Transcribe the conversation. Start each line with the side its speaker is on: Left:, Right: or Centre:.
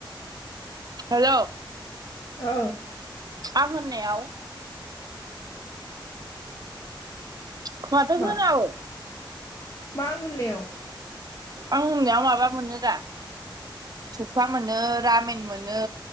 Right: हेल
Left: ओ
Right: आं होननायाव खोमाथो
Left: मा
Right: होनाव
Left: मा आं होननायाव
Right: आं होननायाव माबा मोनो दा सुफा मोनो रामिन मोनो